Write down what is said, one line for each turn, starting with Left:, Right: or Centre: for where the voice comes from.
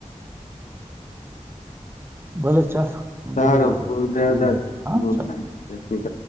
Left: <inaudible>
Right: ભલો ચાલ
Left: સારું
Right: ગુરુદેવ સુઈ
Left: દત્ત
Right: ગ હ હચ્છા
Left: ગુડ નાઈટ જય શ્રી કૃષ્ણ